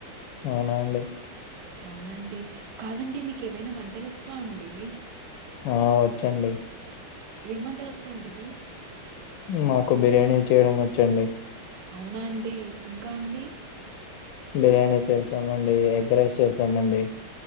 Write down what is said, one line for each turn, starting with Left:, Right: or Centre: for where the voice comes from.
Left: అవునా అండి
Right: అవునండి కాదండి మీకేమైనా వంటలొచ్చా అండి
Left: ఆ వచ్చండి
Right: ఏం వంటలోచ్చండి
Left: మాకు బిర్యానీ చేయడం వచ్చండి
Right: అవునా అండి ఇంకా అండి
Left: బిర్యానీ చేస్తామండి ఎగ్ రైస్ చేస్తామండి